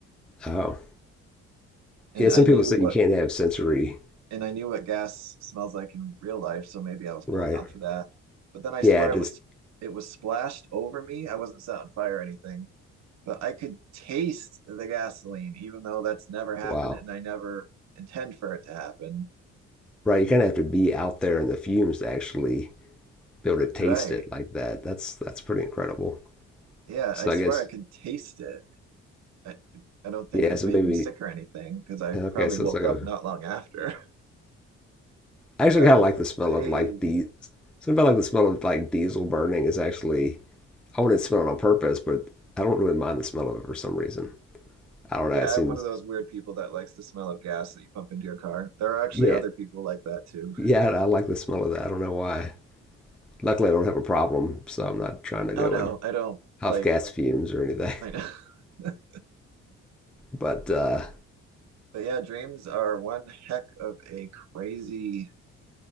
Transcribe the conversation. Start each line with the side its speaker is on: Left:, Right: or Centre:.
Centre: oh
Right: and
Centre: yeah.
Right: I
Centre: Some
Right: knew
Centre: people say
Right: what
Centre: you can't have sensory,
Right: and I knew what gas smells like in real life, so maybe I was pulling
Centre: right?
Right: off of that. But then I
Centre: Yeah,
Right: swear
Centre: just
Right: it was it was splashed over me. I wasn't set on fire or anything, but I could taste the gasoline even though that's never happened
Centre: wow,
Right: and I never intend for it to happen.
Centre: right. You kind of have to be out there in the fumes to actually be able to taste
Right: Right.
Centre: it like that. That's that's pretty incredible.
Right: Yeah,
Centre: So
Right: I swear
Centre: I guess
Right: I could taste it. I, I don't think
Centre: yeah.
Right: it
Centre: So
Right: made
Centre: maybe
Right: me sick or anything because I
Centre: okay.
Right: probably
Centre: So
Right: woke
Centre: it's like
Right: up
Centre: a,
Right: not long after. <laughs>
Centre: I
Right: That
Centre: actually kind
Right: was
Centre: of like the smell
Right: crazy.
Centre: of like the something about like the smell of like diesel burning is actually I wouldn't smell it on purpose, but I don't really mind the smell of it for some reason. I don't
Right: Yeah,
Centre: know. It seems
Right: I'm one of those weird people that likes the smell of gas that you pump into your car. There are actually
Centre: yeah
Right: other people like that too.
Centre: yeah. I like the smell of that. I don't know why. Luckily, I don't have a problem, so I'm not trying
Right: <laughs>
Centre: to go
Right: Oh no,
Centre: and
Right: I don't
Centre: huff
Right: like,
Centre: gas fumes or anything. <laughs>
Right: I know. <laughs>
Centre: But uh,
Right: But yeah, dreams are one heck of a crazy